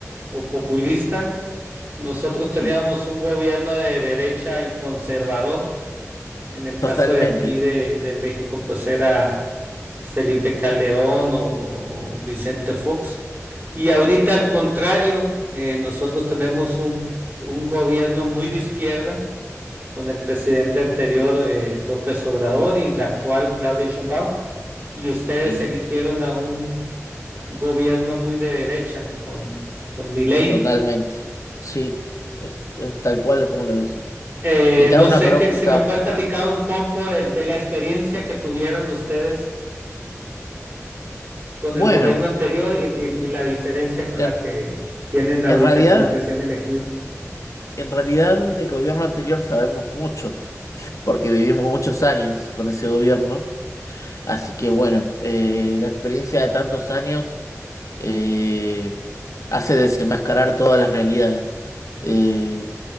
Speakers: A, on the right; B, on the left.
A: o populista, nosotros
B: sí,
A: teníamos un gobierno de derecha y conservador. En el
B: totalmente,
A: caso de aquí de, de México, pues era Felipe Calderón o Vicente Fox. Y ahorita al contrario, eh, nosotros tenemos un, un gobierno muy de izquierda con el presidente anterior, eh, López Obrador, y la actual, Claudia Sheinbaum, y ustedes
B: sí,
A: eligieron a un gobierno muy de derecha con, con Milei.
B: totalmente, sí, es, es tal cual como lo decís.
A: Eh,
B: Y te
A: no
B: hago una
A: sé
B: pregunta.
A: que, si me puedes platicar un poco de, de la experiencia que tuvieron ustedes con
B: Bueno,
A: el gobierno anterior y, y- y la diferencia con
B: en,
A: la que tienen ahorita
B: en realidad,
A: con el recién elegido.
B: en realidad del gobierno anterior sabemos mucho, <laughs> porque vivimos muchos años con ese gobierno, así que bueno, eh, la experiencia de tantos años eh, hace desenmascarar todas las realidades. Eh,